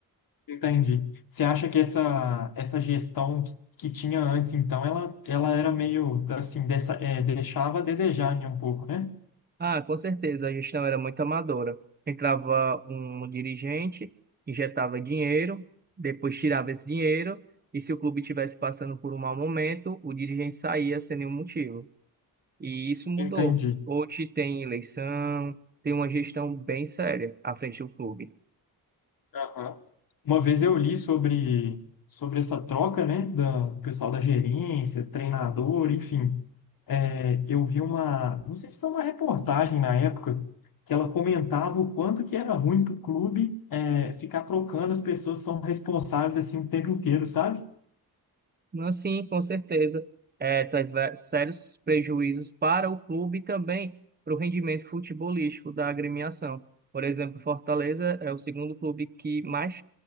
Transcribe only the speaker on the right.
Ah, com certeza, a gestão era muito amadora. Entrava um dirigente, injetava dinheiro, depois tirava esse dinheiro, e se o clube estivesse passando por um mau momento, o dirigente saía sem nenhum motivo. E isso mudou.
Hoje tem eleição, tem uma gestão bem séria à frente do clube.
Não, sim, com certeza. É, traz va- sérios prejuízos para o clube e também para o rendimento futebolístico da agremiação. Por exemplo, Fortaleza é o segundo clube que mais